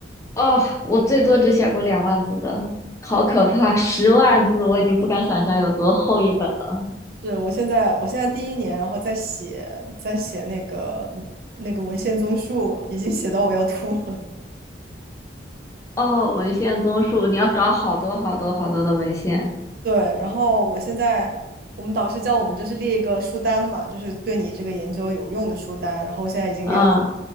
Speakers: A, on the left (about 15°); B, on the right (about 50°).
A: 哦，我最多只写过两万字的，好可怕！十万字我已经不敢想象有多厚一本了。
B: 是我现在我现在第一年，然后在写在写那个那个文献综述，已经写到我要吐了。
A: 哦，文献综述，你要找好多好多好多的文献。
B: <laughs> 对，然后我现在我们导师叫我们就是列一个书单嘛，就是对你这个研究有用的书单，然后我现在已经列了
A: 嗯